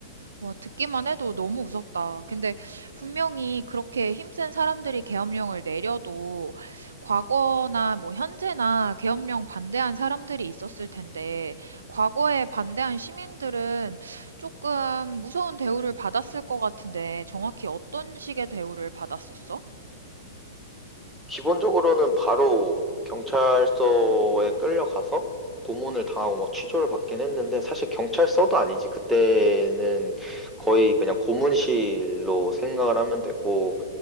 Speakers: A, on the right (about 80°); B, in the centre.
A: 와, 듣기만 해도 너무 무섭다. 근데 분명히 그렇게 힘센 사람들이 계엄령을 내려도 과거나 뭐 현재나 계엄령 반대한 사람들이 있었을 텐데 과거에 반대한 시민들은 조금 무서운 대우를 받았을 것 같은데 정확히 어떤 식의 대우를 받았었어?
B: 기본적으로는 바로 경찰서에 끌려가서 고문을 당하고 뭐 취조를 받긴 했는데 사실 경찰서도 아니지. 그때는 거의 그냥 고문실로 생각을 하면 되고